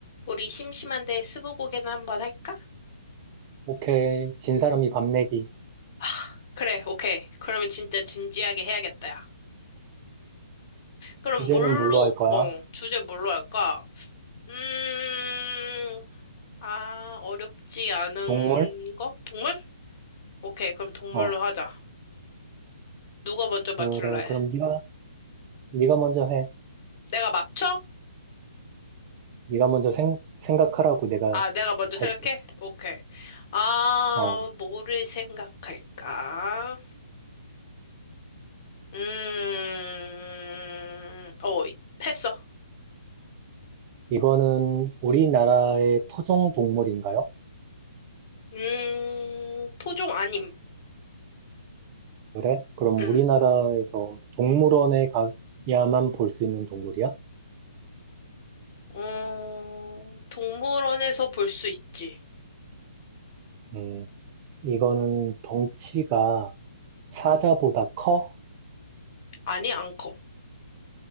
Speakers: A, on the left; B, on the right.
A: 우리 심심한데 스무고개나 한번 할까?
B: 오케이. 진 사람이 밥 내기.
A: 아, 그래, 오케이. 그러면 진짜 진지하게 해야겠다, 야. 그럼
B: 주제는
A: 뭘로,
B: 뭘로 할 거야?
A: 어, 주제 뭘로 할까? 음, 아, 어렵지 않은
B: 동물?
A: 거? 동물? 오케이, 그럼 동물로
B: 어.
A: 하자. 누가 먼저
B: 그래.
A: 맞출래?
B: 그럼 네가 네가 먼저 해.
A: 내가 맞춰?
B: 네가 먼저 생, 생각하라고 내가
A: 아, 내가 먼저
B: 할게.
A: 생각해? 오케이. 아,
B: 어.
A: 뭐를 생각할까? 음, 어, 했어.
B: 이거는 우리나라의 토종 동물인가요?
A: 음, 토종 아님.
B: 그래? 그럼
A: 응.
B: 우리나라에서 동물원에 가야만 볼 수 있는 동물이야?
A: 어, 동물원에서 볼 수 있지.
B: 음. 이거는 덩치가 사자보다 커?
A: 아니, 안 커.